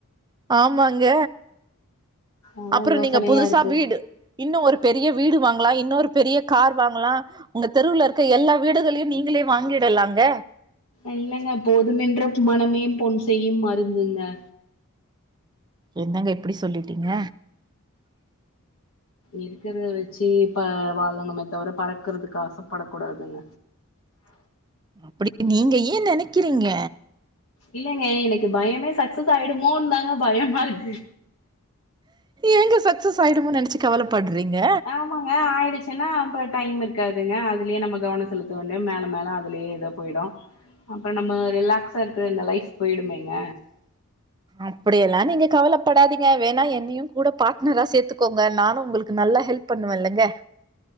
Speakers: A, on the right (about 20°); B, on the left (about 75°).
A: ஆமாங்க
B: அதா
A: அப்றோ
B: யோசனையா
A: நீங்க புதுசா
B: இருக்கு
A: வீடு இன்னு ஒரு பெரிய வீடு வாங்கலா இன்னுஒரு பெரிய கார் வாங்கலா உங்க தெருவுல இருக்க எல்லா வீடுகளையு நீ ங்ளே வாங்கிடலாங்க
B: இல்லைங்க போதுமன்ற மனமே பொன் செய்யும் மருந்துங்க
A: என்னங்க இப்டி சொல்லிட்டீங்க
B: இருக்கறத வெச்சு இப்ப வாழனுமே தவிர பறக்கறதுக்கு ஆசைப்படக் கூடாதுங்
A: அப்டி நீங்க ஏ நெனைக்கிறீங்க
B: இல்லைங்க எனக்கு பயமே சக்சஸ் ஆயிடுமோன்னு தாங்க பயமா இருக்கு
A: ஏங்க சக்சஸ் ஆயிடுமோனு நெனச்சு கவலப்படுறீங்க
B: ஆ ஆயிடுச்சு ன்னா அப்ப டைம் இருக்காதுங்க அதுலயே நம்ம கவன செலுத்த வேண்ட மேல மேல அதுலயே ஏதோ போயிடு அப்ப நம்ம ரிலாக்ஸா இருக்குற இந்த லைஃப் பொய்டுமேங்க
A: அப்புடியெல்லா நீங்க கவலப்படாதீங்க வேணா என்னயு கூட பார்ட்னரா சேத்துக்கோங்க நானு உங்களுக்கு நல்லா ஹெல்ப் பண்ணுவல்லங்க